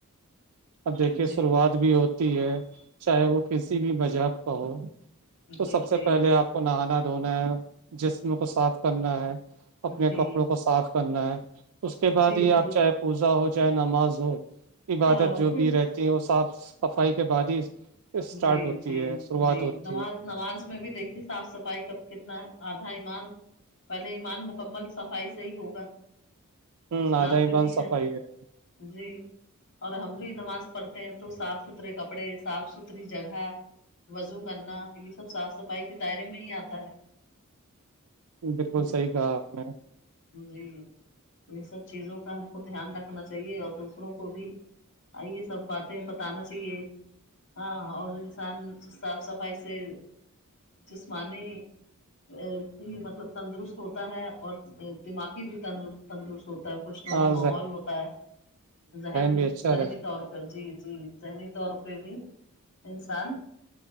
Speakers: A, on the right; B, on the left.
A: اب دیکھیے
B: جی
A: شروعات بھی ہوتی ہے چاہے وہ کسی بھی مذہب کا ہو تو
B: جی
A: سب سے
B: جی
A: پہلے آپ کو نہانا دھونا ہے جسم کو صاف کرنا ہے اپنے
B: جی
A: کپڑوں کو صاف کرنا ہے اس کے بعد
B: جی
A: ہی
B: جی
A: آپ چاہے پوزا ہو چاہے نماز ہو عبادت
B: ہاں
A: جو
B: پھر
A: بھی رہتی ہوں صاف صفائی کے بعد ہی اسٹارٹ
B: جی
A: ہوتی
B: جی
A: ہے شروعات
B: جی
A: ہوتی
B: نماز
A: ہے
B: نماز میں بھی دیکھی صاف صفائی کا کتنا آدھا ایمان پہلے ایمان مکمل صفائی سے ہی ہوگا
A: ہ
B: اسلام
A: آد ہی
B: میں
A: بان
B: بھی
A: صفائی ہے
B: جی اور ہم بھی نماز پڑھتے ہیں تو صاف ستھرے کپڑے صاف ستھری جگہ وضو کرنا یہ سب صاف صفائی کے دائرے میں ہی آتا ہے
A: بالکل
B: ہ
A: صحیح کہا آپ نے
B: جی یہ سب چیزوں کا ہم کو دھیان رکھنا چاہیے اور دوسروں کو بھی آئیے سب باتیں بتانا چاہیے ہاں اور انسان صاف صفائی سے جسمانی بھی مطلب تندرست ہوتا ہے اور دماغی بھی ت تندرست ہوتا ہے خوشنما
A: ہاں
B: ماحول ہوتا ہے ذہن
A: بھی اچھا
B: ذہنی
A: رہتا
B: طور جی جی ذہنی طور پہ بھی انسان